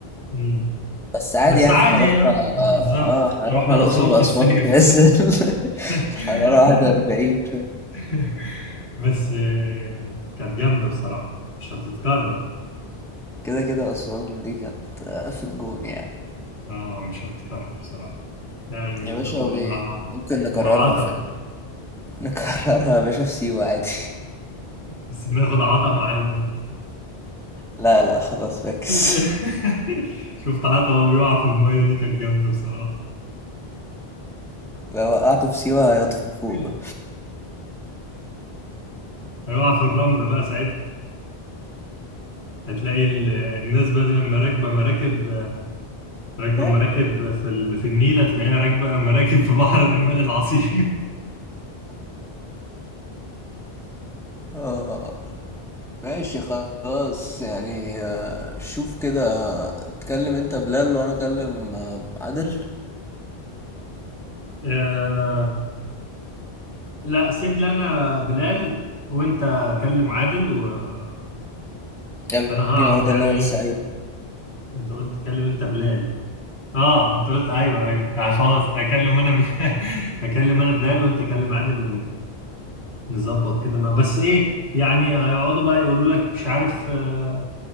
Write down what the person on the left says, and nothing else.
امم
بس
عادي
اه بالظبط
رحنا
اسوان
في الصيف
<laughs>
آه. <laughs> بس آه، كانت جامدة بصراحة مش هتتكرر
اه مش هتتكرر بصراحة يعني
ومع
مع عطا
بس بناخد عطا معانا بقى
<laughs> شفت عطا وهو بيقع في المية دي كانت جامدة بصراحة
<laughs>
هيقع في الرملة بقى ساعتها هتلاقي ال- الناس بدل ما راكبة مراكب راكبة
مراكب في ال... في النيل هتلاقيها راكبة مراكب في بحر الرمال العظيم
<laughs> لا سيب لي انا بلال وانت كلم عادل وانا
هعرف
يعني
ايه
انت قلت كلم انت بلال اه انت قلت ايوه ايوه آه خلاص هكلم انا بلال <laughs> هكلم انا بلال وانت كلم عادل ونظبط كده ما بس ايه يعني هيقعدوا بقى يقولوا لك مش عارف آه